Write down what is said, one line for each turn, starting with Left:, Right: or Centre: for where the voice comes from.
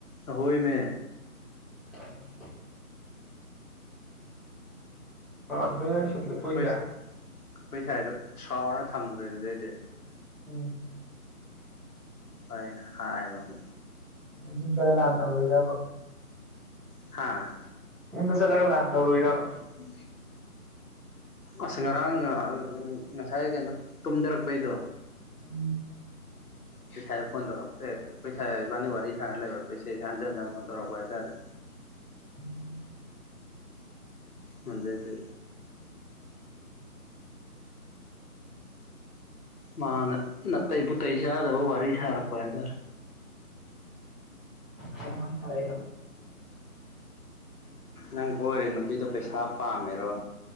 Left: ꯍꯣꯏꯃꯦ
Centre: <inaudible> ꯑꯗꯨꯗ
Left: ꯎꯝꯍꯝ
Centre: ꯁꯨꯇꯤ ꯂꯧꯊꯣꯛꯏꯁꯦ
Left: ꯀꯨꯏꯁ ꯑꯩꯈꯣꯏ ꯁꯥꯏꯗꯣ ꯁꯥꯎꯔ ꯊꯝꯈꯔꯦ ꯑꯗꯨꯗꯩꯗꯤ
Centre: ꯎꯝ
Left: ꯑꯩꯅ ꯍꯥꯏꯕ ꯑꯝ
Centre: ꯌꯨꯝ ꯆꯠꯂꯥ ꯂꯥꯟ ꯇꯧꯔꯨꯏꯔꯕ
Left: ꯍꯥꯥ
Centre: ꯌꯨꯝꯗ ꯆꯠꯂꯒ ꯂꯥꯟ ꯇꯧꯔꯨꯏꯔꯕ
Left: ꯎꯝ ꯑꯁ ꯉꯔꯥꯡꯅ ꯉꯁꯥꯏ ꯀꯩꯅꯣ ꯇꯨꯝꯊꯔꯛꯄꯩꯗꯣ
Centre: ꯎꯝ
Left: ꯈꯣꯏꯁꯥꯏꯗ ꯐꯣꯟ ꯇꯧꯔꯛ ꯑꯩꯈꯣꯏ ꯁꯥꯏ ꯏꯕꯥꯟꯅꯤ ꯋꯥꯔꯤ ꯁꯥꯔ ꯂꯩꯕ ꯑꯩꯈꯣꯏ ꯆꯦꯖꯦ ꯍꯟꯖꯟ ꯖꯟ ꯐꯣꯟ ꯇꯧꯔꯛꯄ ꯍꯥꯏꯇꯥꯔꯦ
Centre: ꯎꯝ
Left: ꯃꯗꯩꯗꯤ ꯃꯥꯅ ꯅꯥꯇꯩ ꯄꯨꯇꯩ ꯆꯥꯗꯕ ꯋꯥꯔꯤ ꯁꯥꯔꯛꯄ ꯍꯥꯏꯇꯥꯔꯦ
Centre: ꯀꯩ ꯋꯔꯤ ꯁꯔꯥꯛꯏꯕ
Left: ꯅꯪ ꯀꯣꯏꯔꯤ ꯅꯨꯄꯤꯗꯣ ꯄꯩꯁꯥ ꯄꯥꯝꯃꯤꯔꯣ